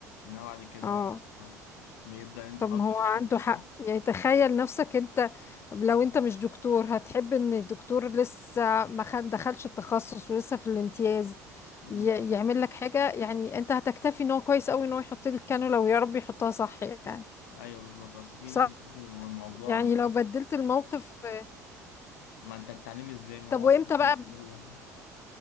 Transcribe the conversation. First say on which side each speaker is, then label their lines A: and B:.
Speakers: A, on the left (about 70°); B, on the left (about 30°).
A: انما بعد كده
B: اه
A: آه، بيبدا انت
B: طب
A: خلاص
B: ما هو
A: انت
B: عنده
A: عندك ثقه
B: حق يعني تخيل نفسك انت لو انت مش دكتور هتحب ان الدكتور لسه ما خد- دخلش التخصص ولسه في الامتياز
A: مم.
B: ي- يعمل لك حاجة يعني انت هتكتفي ان هو كويس قوي ان هو يحط لك الكانولا ويا رب يحطها صح يعني
A: ايوه بالظبط بس في
B: صح
A: ناس برضه الموضوع
B: يعني لو بدلت الموقف
A: ما انت التعليم ازاي ما
B: طب
A: هو
B: وامتى
A: التعليم
B: بقى
A: بالتجربه